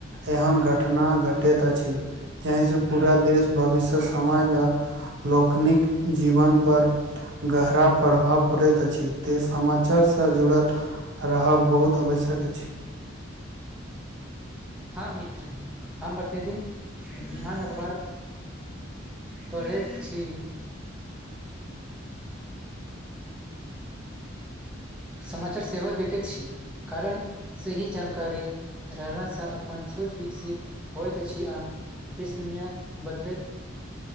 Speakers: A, on the right; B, in the centre.
A: एहन घटना घटैत अछि यही से पूरा देश भविष्य समाज आ लोकौनिक जीवन पर गहरा प्रभाव पड़ैत अछि ते समाचारसँ जुड़ल रहब बहुत आवश्यक अछि
B: हँ मित्र हम प्रतिदिन बिहान अखबार पढ़ैत छी समाचार सेहो देखैत छी कारण सही जानकारी रहलासँ अपन सोच विकसित होइत अछि आ देश दुनिआ बदलैत